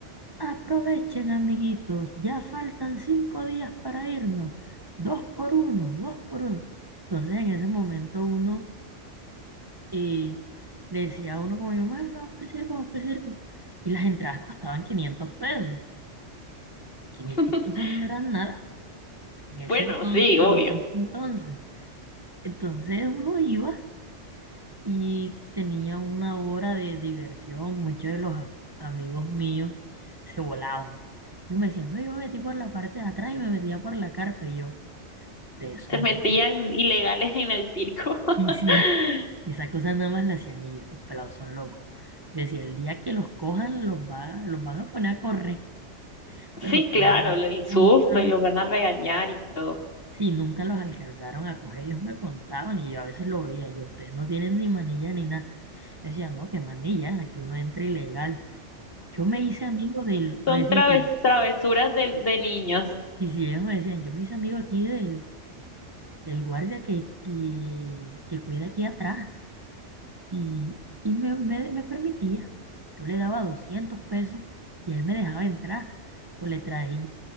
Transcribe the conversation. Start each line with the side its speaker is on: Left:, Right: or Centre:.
Right: aprovechen amiguitos, ya faltan cinco días para irnos, dos por uno, dos por uno. Entonces en ese momento uno eh, le decía a uno como mi mamá, vamos para el circo, vamos para el circo. Y las entradas costaban 500 pesos. quinientos
Left: <laughs>
Right: pesos no eran nada en ese
Left: Bueno,
Right: entonces
Left: sí, obvio.
Right: y en este entonces. Entonces uno iba y tenía una hora de diversión. Muchos de los a- amigos míos se volaban. Yo me decía, no, yo me metí por la parte de atrás y me metía por la carpa. Y yo, ustedes son.
Left: Se metían ilegales en el circo. <laughs>
Right: Y sí, esas cosas nada más las hacían ellos, estos pelados son locos. Yo decía, el día que los cojan, los, va, los van a poner a correr.
Left: Sí,
Right: Pero
Left: claro,
Right: que va,
Left: el susto
Right: nunca
Left: y los van a regañar y todo.
Right: Sí, nunca los alcanzaron a coger, ellos me contaban y yo a veces lo veía, yo, ustedes no tienen ni manilla ni nada. Me decían, no, qué manilla, aquí uno entra ilegal. Yo me hice amigo del,
Left: Son
Right: me decían,
Left: traves-
Right: que-
Left: travesuras de, de niños.
Right: sí, sí, ellos me decían, yo me hice amigo aquí del, del guardia que, que, que cuida aquí atrás y, y me, me, me permitía. Yo le daba 200 pesos y él me dejaba entrar. O le traía,